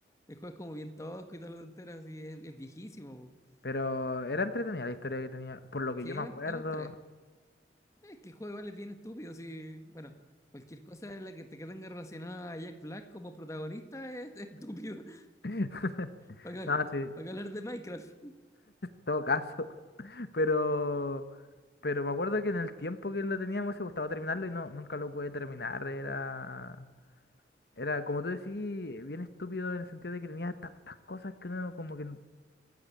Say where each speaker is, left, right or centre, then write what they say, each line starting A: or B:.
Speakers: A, on the left; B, on the left.
A: El juego es como bien tosco y todas las tonteras y es, es viejísimo. pues.
B: Pero era entretenida la historia que tenía, por lo que
A: Sí,
B: yo me
A: eran,
B: acuerdo.
A: eran Es que el juego igual es bien estúpido, sí. Bueno, cualquier cosa en la que te que tenga relacionada a Jack Black como protagonista es, es estúpido.
B: <laughs>
A: <laughs> Para,
B: No,
A: que-
B: sí, en
A: para que hablar de Minecraft.
B: todo caso. <laughs> Pero, pero me acuerdo que en el tiempo que lo tenía me hubiese gustado terminarlo y no, nunca lo pude terminar. Era, era, como tú decís, bien estúpido en el sentido de que tenía tantas cosas que uno como que